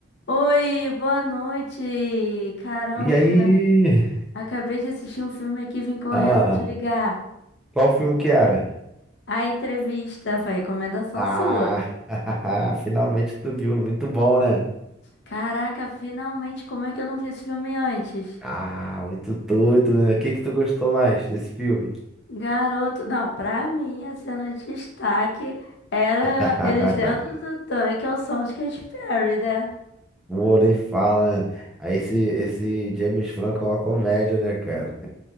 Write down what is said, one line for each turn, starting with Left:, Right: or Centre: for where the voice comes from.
Left: Oi, boa noite. Caramba,
Centre: E aí?
Left: acabei de assistir um filme aqui, vim correndo
Centre: Ah,
Left: te ligar.
Centre: qual filme que era?
Left: A entrevista foi recomendação
Centre: Ah,
Left: sua.
Centre: <laughs> finalmente tu viu. Muito bom, né?
Left: Caraca, finalmente, como é que eu não vi esse filme antes?
Centre: Ah, muito doido, né? O que que tu gostou mais desse filme?
Left: Garoto, não, pra mim a cena de destaque era
Centre: <laughs>
Left: eles dentro do tanque ao som de Katy Perry, né?
Centre: Pô, nem fala, né? Aí esse, esse James Franco é uma comédia, né, cara?